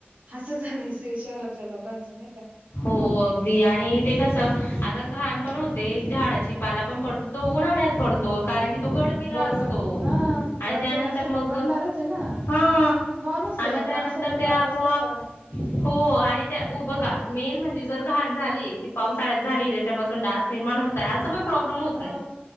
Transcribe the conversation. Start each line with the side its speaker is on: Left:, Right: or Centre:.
Right: हसं झालंय से-शहरातल्या लोकांचं नही का?
Left: हो अगदी आणि ते कसं आता घण पण
Right: आणि
Left: होते, झाडाची पाला पण पडतो, तो उन्हाळ्यात पडतो, कारण की तो गळ तिला
Right: बरोबर
Left: असतो
Right: आहे. हां,
Left: आणि
Right: गळतीला
Left: त्यानंतर
Right: असतो
Left: मग,
Right: तो पडणारच आहे ना.
Left: हां.
Right: माणूस
Left: आणि
Right: आहे,
Left: मग
Right: माणसाला
Left: त्यानंतर ते
Right: चालू
Left: आपोआप,
Right: असतं तर
Left: हो आणि त्या उभं ग मेन म्हणजे जर घाण झाली, ती पावसाळ्यात झाली, त्याच्यापासून डास निर्माण होत काय असा पण प्रॉब्लेम
Right: हो,
Left: नही,